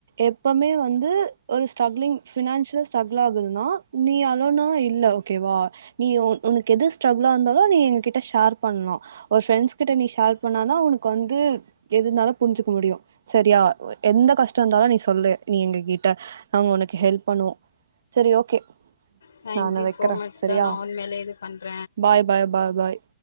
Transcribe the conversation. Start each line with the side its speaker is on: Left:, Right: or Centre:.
Right: எப்பமே வந்து ஒரு ஸ்ட்ரங்லிங் ஃபினான்சியல் ஸ்ட்ரகுள் ஆகுதுன்னா நீ அளனூ இல்ல ஓகேவா நீ உன் உனக்கு எது ஸ்ட்ரகுளா இருந்தாலும் நீ எங்க கிட்ட ஷேர் பண்ணூம் ஒரு ஃப்ரெண்ட்ஸ் கிட்ட நீ ஷேர் பண்ணாதான் உனக்கு வந்து எது இருந்தாலும் புரிஞ்சிக்க முடியும் சரியா வே எந்த கஷ்டம் இருந்தாலும் நீ சொல்லு நீ எங்க கிட்ட நாங் உனக்கு ஹெல்ப் பண்ணுவோம் சரி ஓகே
Left: தேங்க்யூ
Right: நானு வைக்கிறே
Left: சோ மச்
Right: சரியா
Left: டா நா உண்மேலே இது பண்ற
Right: பாய் பாய் பாய் பாய்